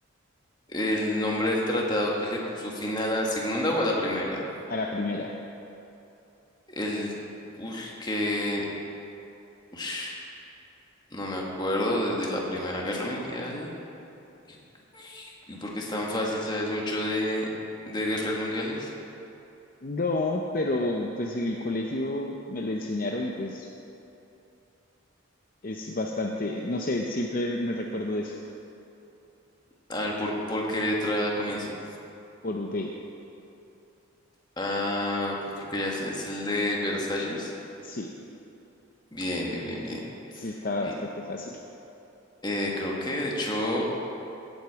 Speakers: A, on the left; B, on the left.
A: ¿El nombre del tratado que le puso fin a la segunda o a la primera?
B: A la primera.
A: El, uf, que, ush, no me acuerdo, desde la Primera Guerra Mundial. ¿Y, y por qué es tan fácil? ¿Sabes mucho de, de guerras mundiales?
B: No, pero pues en el colegio me lo enseñaron y pues es bastante, no sé, siempre me recuerdo de eso,
A: A ver, ¿por, por qué letra comienza?
B: por UB.
A: Ah, ok, creo que ya sé, es el de Versalles.
B: Sí,
A: Bien, bien, bien, bien.
B: sí está
A: Y
B: bastante fácil.
A: eh, creo que de hecho